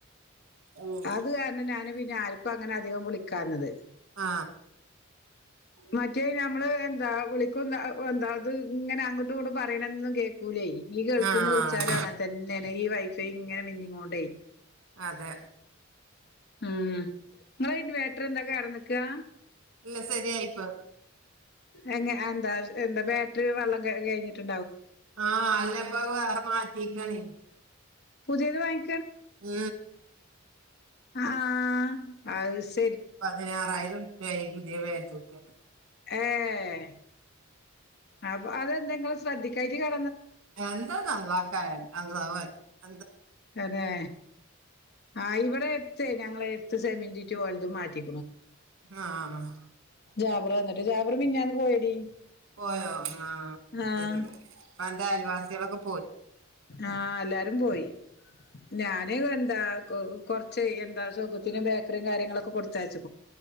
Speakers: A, on the right (about 80°); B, on the left (about 55°).
A: ഉം
B: അത് കാരണം ഞാൻ പിന്നെ ആർക്കും അങ്ങനെ അധികം അധികം വിളിക്കാഞ്ഞത്
A: ആ
B: മറ്റേ നമ്മൾ എന്താ വിളിക്കും ഇത് ഇങ്ങനെ അങ്ങട്ടും ഇങ്ങട്ടും പറയുന്നത് ഒന്നും കേൾക്കൂലേയ് ഇനി ഗൾഫിൽ
A: ആഹ്
B: നിന്നും വിളിച്ചാലും അങ്ങനെ തന്നെ ഈ വൈഫൈ ഇങ്ങനെ മിന്നിക്കൊണ്ടേയ്
A: അതെ
B: മം ഇങ്ങളെ ഇൻവെർട്ടർ എന്താ കേട് വന്നാക്കാണോ
A: ഇല്ല ശരി ആയി ഇപ്പൊ
B: എങ്ങനെ എന്താ എന്താ ബേട്ടറിയിൽ വെള്ളം കഴിഞ്ഞിട്ട്
A: ആ അല്ല ഇപ്പൊ വേറെ മാറ്റിക്കാണ്
B: പുതിയത് വാങ്ങി
A: ആ
B: അ ആ അത് ശ
A: പതിനാറായിരം റുപ്യ ആയി പുതിയ ബാറ്ററി ക്കെ
B: ഏഹ് അപ്പ അതെന്താ ഇങ്ങള് ശ്രെദ്ധി <unintelligible>
A: എന്തൊ അള്ളാക്കറിയാ അള്ളാഹു അഅ്ലം
B: അതേ ആ ഇവിടെ എട്ത്തെ ഞങ്ങളെ എട്ത്ത് <unintelligible> ഓൽതും മാറ്റി
A: ആഹ് ആഹ് ആഹ്
B: ജാബറു വന്നിട്ട് ജാബറു മിൻഞ്ഞാന്നു പോയെടി.
A: പോയോ ആ
B: ആഹ്
A: സെരി അപ്പ അന്റെ അയൽവാസി ത്യേളക്കും
B: ആഹ് എല്ലാരും പോയി ഞാനെ എന്താ കൊ കൊർച്ചേ എന്താ ഷൗക്കത്തിന് ബേക്കറിം കാര്യങ്ങളൊക്കെ കൊടുത്തയച്ചു.